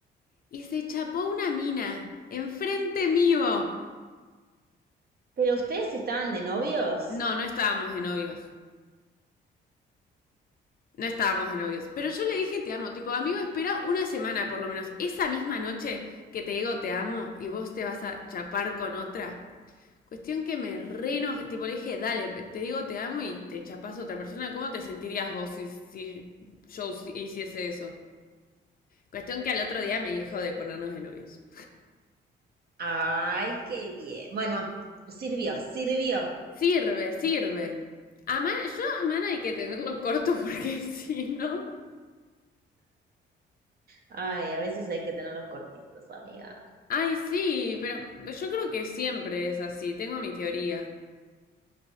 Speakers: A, on the left; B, on the right.
A: y se chapó una mina. Enfrente mío.
B: ¿Pero ustedes estaban de novios?
A: No, no estábamos de novios. No estábamos de novios. Pero yo le dije te amo. Tipo, amigo, espera una semana por lo menos. Esa misma noche que te digo te amo y vos te vas a chapar con otra. Cuestión que me reno. Tipo, le dije, dale, te digo te amo y te chapas a otra persona. ¿Cómo te sentirías vos si, si yo si, hiciese eso? Cuestión que al otro día me dijo de ponernos de novios.
B: Ay, qué bien. Bueno, sirvió, sirvió.
A: Sirve, sirve. A man, yo a man hay que tenerlo corto porque <laughs> si no.
B: Ay, a veces hay que tenerlos cortitos, amiga.
A: Ay, sí, pero yo creo que siempre es así. Tengo mi teoría.